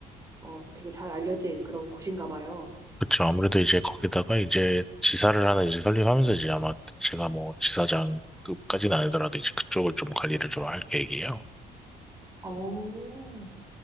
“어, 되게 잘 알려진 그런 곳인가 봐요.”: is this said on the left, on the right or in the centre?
Right